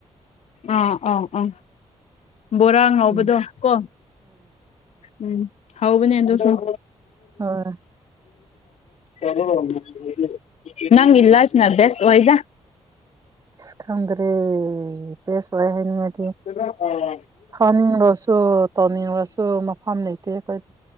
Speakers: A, on the left; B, on the right.
A: ꯑꯥ ꯑ ꯑ ꯕꯣꯔꯥ ꯉꯥꯎꯕꯗꯣ
B: ꯎꯝ
A: ꯀꯣ꯫ ꯎꯝ ꯍꯥꯎꯕꯅꯦ ꯑꯗꯨꯁꯨ <inaudible>
B: ꯍꯣꯏ
A: <inaudible> ꯅꯪꯒꯤ ꯂꯥꯏꯐꯅ ꯕꯦꯁ ꯑꯣꯏꯗ꯫
B: ꯏꯁ ꯈꯪꯗꯔꯦ ꯄꯦꯁ ꯑꯣꯢꯌꯦ <unintelligible>
A: <inaudible>
B: ꯊꯥꯅꯤꯡꯂꯁꯨ ꯇꯧꯅꯤꯡꯂꯁꯨ ꯃꯐꯝ ꯂꯩꯇꯦ <unintelligible>